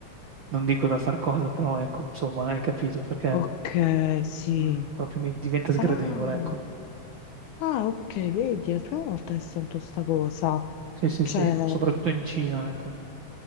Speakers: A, on the right (about 55°); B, on the left (about 75°).
A: non dico da far cosa, però ecco, insomma, hai capito perché
B: Ok, sì.
A: mm, proprio mi diventa sgradevole,
B: Ah,
A: ecco.
B: ah, ok, vedi, è la prima volta che sento sta cosa.
A: Sì, sì,
B: Cioè,
A: sì, soprattutto in Cina, ecco.